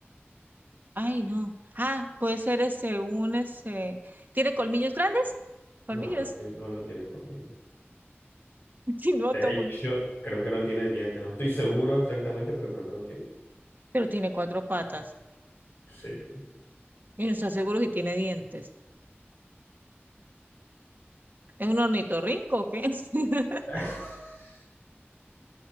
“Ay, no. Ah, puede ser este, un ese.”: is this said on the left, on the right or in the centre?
Right